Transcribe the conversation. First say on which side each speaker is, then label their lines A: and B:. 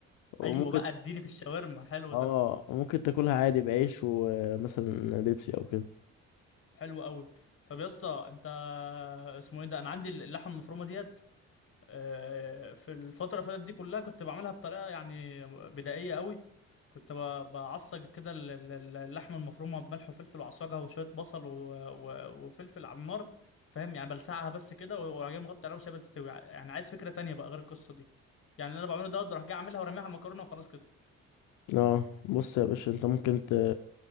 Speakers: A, on the left; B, on the left.
A: وممكن
B: ايوه بقى اديني في الشاورما حلو
A: اه
B: ده
A: ممكن تاكلها عادي بعيش ومثلا بيبسي او كده
B: حلو قوي طب يا اسطى انت اسمه ايه ده انا عندي اللحمه المفرومه ديت آه، في الفتره اللي فاتت دي كلها كنت بعملها بطريقه يعني بدائيه قوي كنت ب- بعصج كده ال- ال- ال- اللحمه المفرومه بملح وفلفل وعصاجها وشويه بصل و- و- وفلفل على النار فاهم يعني بلسعها بس كده واروح جاي مغطي عليها وسيبها تستوي يعني عايز فكره تانية بقى غير القصه دي يعني اللي انا بعمله دوت بروح جاي اعملها ورميها على المكرونه وخلاص كده
A: اه بص يا باشا انت ممكن ت...